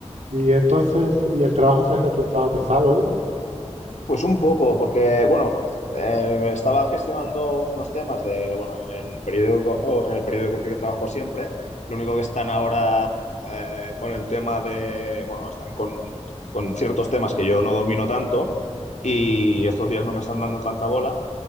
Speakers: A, on the right; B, on the left.
A: Y entonces, ¿y el trabajo te ha resultado pesado hoy?
B: Pues un poco, porque, bueno, eh, estaba gestionando unos temas de, bueno, en el periódico, o en el periódico que trabajo siempre, lo único que están ahora eh, con el tema de, bueno, están con, con ciertos temas que yo no domino tanto y estos días no me están dando tanta bola.